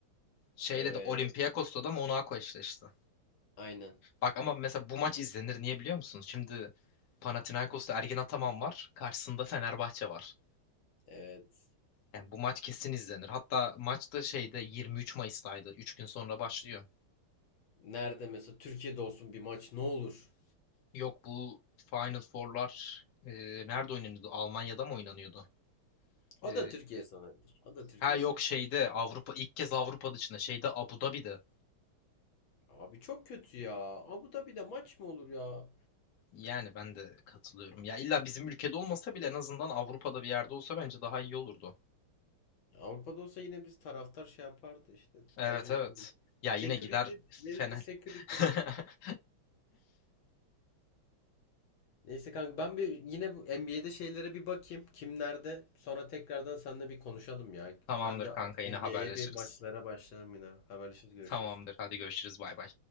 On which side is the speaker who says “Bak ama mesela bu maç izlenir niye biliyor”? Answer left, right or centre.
Left